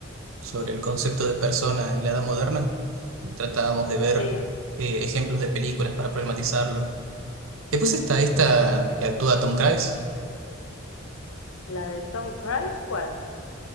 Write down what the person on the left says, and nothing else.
sí.
La de Tom Cruise, ¿cuál?